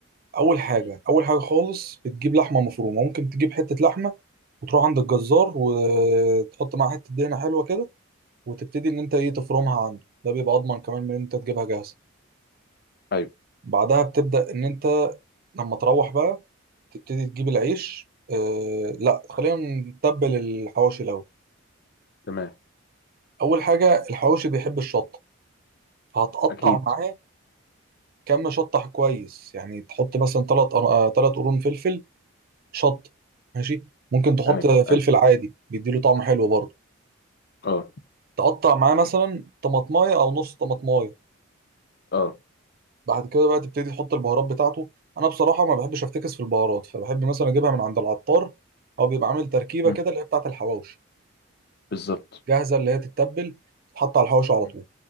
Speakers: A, on the right (about 45°); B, on the left (about 45°).
A: اول حاجه
B: مم.
A: اول حاجه خالص بتجيب لحمه مفرومه ممكن تجيب حته لحمه وتروح عند الجزار وتحط معاها حته دهنه حلوه كده وتبتدي ان انت ايه تفرمها عنده ده بيبقى اضمن كمان من ان انت تجيبها جاهزه
B: ايوه
A: بعدها بتبدا ان انت لما تروح بقى تبتدي تجيب العيش آه لا خلينا نتبل الحواوشي الاول
B: تمام
A: اول حاجه الحواوشي بيحب الشطه فهتقطع
B: اكيد
A: معاه كم شطه كويس يعني تحط مثلا ثلاث ثلاث قرون فلفل شط ماشي ممكن تحط
B: اي
A: فلفل
B: اي
A: عادي بيديله طعم حلو برضه
B: اه
A: تقطع معاه مثلا طماطمايه او نص طماطمايه
B: اه
A: بعد كده بقى تبتدي تحط البهارات بتاعته انا بصراحه ما بحبش افتكس في البهارات فبحب مثلا اجيبها من عند العطار او بيبقى عامل تركيبه
B: مم.
A: كده اللي هي بتاعه الحواوشي
B: بالظبط
A: جاهزه اللي هي تتبل تتحط على الحواوشي على
B: مم.
A: طول